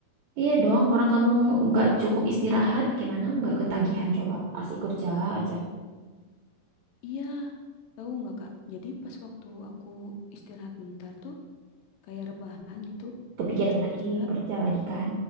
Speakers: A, on the right; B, on the left.
A: Iya dong, orang kamu nggak cukup istirahat, gimana nggak ketagihan coba? Asik kerja aja.
B: Iya, tahu nggak Kak? Jadi pas waktu aku istirahat bentar tuh, kayak rebahan gitu,
A: Kepikiran
B: mencoba
A: lagi,
B: istirahat,
A: kerja lagi kan?